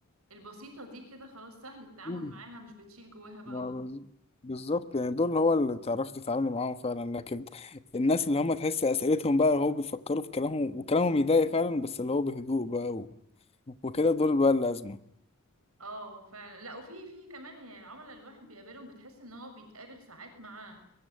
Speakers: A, on the right; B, on the left.
A: البسيطة دي كده خلاص سهل التعامل
B: مم.
A: معاها مش بتشيل جواها بقى
B: ما
A: وت...
B: بز- بالظبط يعني دول هو اللي تعرفي تتعاملي معاهم فعلا لكن الناس اللي هم تحس اسئلتهم بقى هو بيفكروا في كلامهم وكلامهم يضايق فعلا بس اللي هو بهدوء بقى و... وكده دول بقى الازمه
A: اه فعلا لا وفي في كمان يعني العملاء الواحد بيقابلهم بتحس ان هو بيتقابل ساعات مع